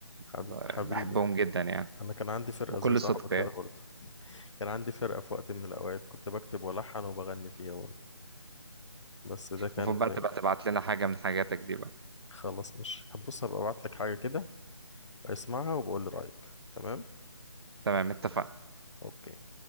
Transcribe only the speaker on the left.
حبيبي
حبيبي
انا كان عندي فرقه
زي صاحبك
كده برضه كان عندي فرقه في وقت من الاوقات كنت بكتب والحن وبغني فيها برضه بس ده كان
خلاص مش بص هبقى ابعت لك حاجه كده اسمعها وبقول لي رايك تمام
اوكي